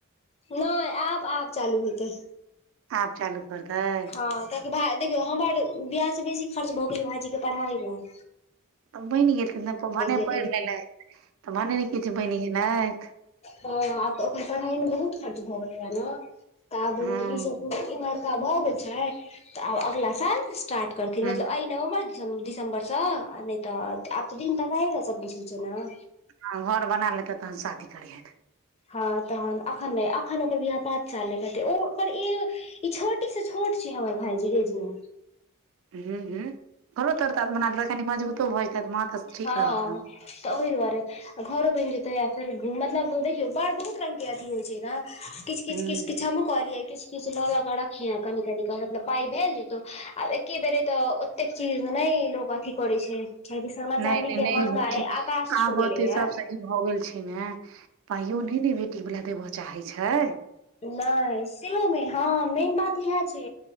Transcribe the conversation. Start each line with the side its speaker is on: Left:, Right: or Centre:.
Left: नै आब- आब चालू हेतै।
Right: आब चालू कर तैत।
Left: हँ कियाकि भाय देखियौ हमर बियाहसँ बेसी खर्च भऽ गेलै भाइजीके पढ़ाई में।
Right: तऽ बैन गेलखिन ने तऽ भने
Left: गेलै
Right: पैड़ लेलैत तऽ भने ने किछु बैन गेलैथ।
Left: हाँ आब तऽ ओकर पड़हाइ में तऽ बहुत खर्च भऽ गेलै ने तऽ आब
Right: हँ
Left: इ सब इमहर त भऽ गेल छैन, तऽ आब अगला साल स्टार्ट करथिन
Right: हूँ
Left: मतलब एहि नवम्बर दिसम- दिसम्बर सऽ नै तऽ आब तऽ दिन तकाए सब किछ होइ छै ने।
Right: हाँ घर बना लेतैथ तहन शादी करी हैथ।
Left: हँ तहन एखन नै, एखन ओकर बियाह पाँच साल नै करतै ओ ओकर एजो इ छोटी से छोट छै, हमर भाईजी एज मे।
Right: हूँ- हूँ घरो तोरो ता बना लेतैत कनी मजगुतो भऽ जेतै माँ ठीक
Left: हाँ
Right: रहत ने
Left: तऽ ओहि दुआरे। घरो बैन जेतै, आ फेर मतलब देखियौ, बड़ बहुत रंग के अथी होइ छै ने। किछ-
Right: हूँ
Left: किछ हमहूँ कहलियै किछ किछ लऽ लऽ कऽ रखिहे, कनी -कनी कऽ मतलब पाइ भेल जेतौ, आब एके बेेर तऽ एते चीज में नै लोग अथी करे छै, कियाकि सब
Right: नहि
Left: चाँदी
Right: नहि
Left: के
Right: नहि
Left: महंगाई
Right: होइ छै
Left: आकाश छू
Right: आब
Left: गेले
Right: ओते
Left: हे।
Right: सबसँ ई भऽ गेल छै ने पाइयो नै ने बेटी बला देबअ चाहै छै।
Left: नै सेहो मे हाँ मेन बात इएह छै,